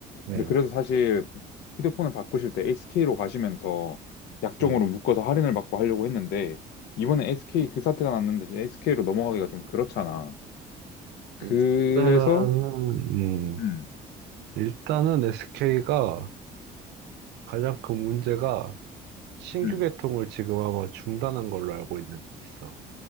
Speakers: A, on the right (about 85°); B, on the left (about 80°).
A: 음,
B: 근데 그래서 사실 휴대폰을 바꾸실 때 SK로 가시면서 약정으로
A: 음,
B: 묶어서 할인을 받고 하려고 했는데 이번에
A: 음.
B: SK 그 사태가 났는데 SK로 넘어가기가 좀 그렇잖아. 그래서
A: 일단은, 음,
B: 음,
A: 일단은 SK가 가장 큰 문제가 신규
B: 음.
A: 개통을 지금 아마 중단한 걸로 알고 있는, 있어.